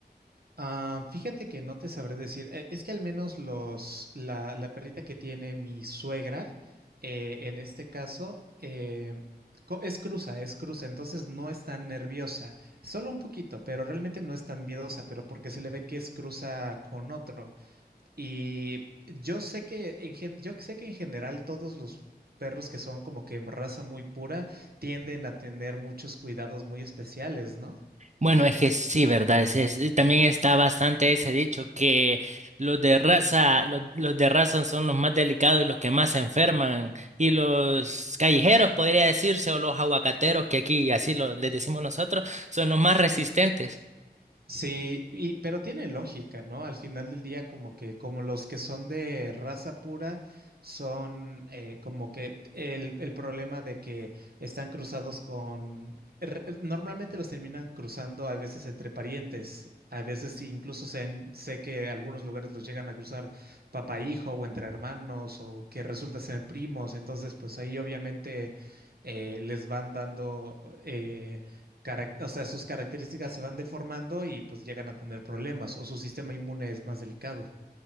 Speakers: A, on the right (about 65°); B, on the right (about 45°).
A: Ah, fíjate que no te sabré decir. Eh, Es que al menos los, la, la perrita que tiene mi suegra, eh, en este caso, eh, co- es cruza, es cruza, entonces no es tan nerviosa. Solo un poquito, pero realmente no es tan miedosa, pero porque se le ve que es cruza con otro. Y yo sé que en, gen- yo sé que en general todos los perros que son como que en raza muy pura tienden a tener muchos cuidados muy especiales, ¿no?
B: Bueno, es que sí, ¿verdad? Es- es- y también está bastante ese dicho que los de raza, los, los de raza son los más delicados y los que más se enferman. Y los callejeros, podría decirse, o los aguacateros, que aquí así lo, les decimos nosotros, son los más resistentes.
A: Sí, y, pero tiene lógica, ¿no? Al final del día, como que, como los que son de raza pura, son eh, como que el, el problema de que están cruzados con... r- Normalmente los terminan cruzando a veces entre parientes, a veces sí, incluso se han- sé que algunos lugares los llegan a cruzar papá hijo o entre hermanos o que resulta ser primos, entonces pues ahí obviamente eh, les van dando eh, carac- o sea, sus características se van deformando y pues llegan a tener problemas o su sistema inmune es más delicado.